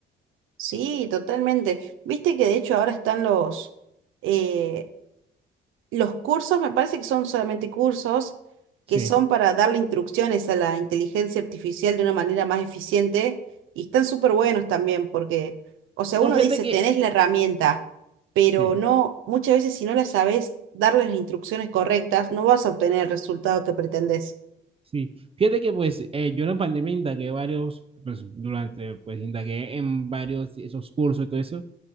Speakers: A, on the right (about 85°); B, on the right (about 30°).
A: Sí, totalmente. Viste que de hecho ahora están los, eh, Los cursos me parece que son solamente cursos
B: Sí.
A: que son para darle instrucciones a la inteligencia artificial de una manera más eficiente y están súper buenos también porque, o sea,
B: No,
A: uno
B: fíjate
A: dice,
B: que...
A: tenés la herramienta, pero
B: Sí,
A: no, muchas veces si no la sabes darle las instrucciones correctas, no vas a obtener el resultado que pretendés.
B: sí. Fíjate que pues eh, yo en la pandemia indagué varios, pues durante, pues indagué en varios esos cursos y todo eso.